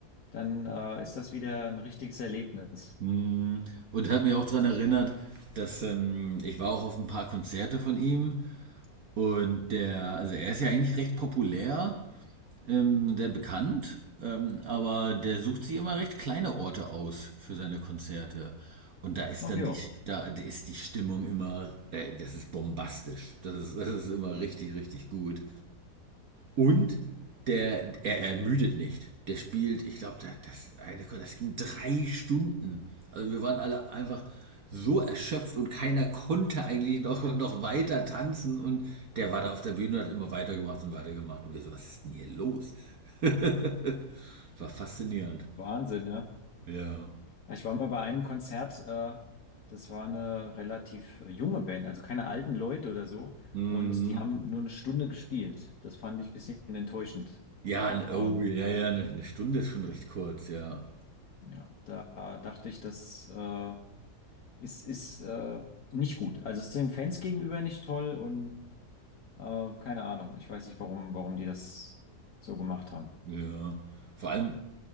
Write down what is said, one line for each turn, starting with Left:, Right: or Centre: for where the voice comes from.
Left: dann äh, ist das wieder ein richtiges Erlebnis.
Right: Mm, Und hat mich auch daran erinnert, dass ähm, ich war auch auf ein paar Konzerte von ihm und der, also er ist ja eigentlich recht populär ähm, sehr bekannt, ähm, aber der sucht sich immer recht kleine Orte aus für seine Konzerte. Und da ist
Left: Ach
Right: dann
Left: jo,
Right: die, da ist die Stimmung immer, äh, das ist bombastisch. Das ist, das ist immer richtig, richtig gut. Und der, er ermüdet nicht. Der spielt, ich glaube, das, das, ging drei Stunden. Also wir waren alle einfach so erschöpft und keiner konnte eigentlich noch, <laughs> noch weiter tanzen. Und der war da auf der Bühne und hat immer weitergemacht und weitergemacht. Und wir so, was ist denn hier los? <laughs> war faszinierend.
Left: Wahnsinn, ne?
Right: Ja.
Left: Ja, Ich war mal bei einem Konzert, äh, das war eine relativ äh, junge Band, also keine alten Leute oder so.
Right: Mhm.
Left: Und die haben nur eine Stunde gespielt. Das fand ich ein bisschen enttäuschend.
Right: Ja,
Left: Ähm,
Right: oh, ja, ja, eine, eine Stunde ist schon recht kurz, ja.
Left: ja, da dachte ich, dass äh, ist, ist äh, nicht gut. Also es ist den Fans gegenüber nicht toll und äh, keine Ahnung. Ich weiß nicht, warum, warum die das so gemacht haben.
Right: Ja. Vor allem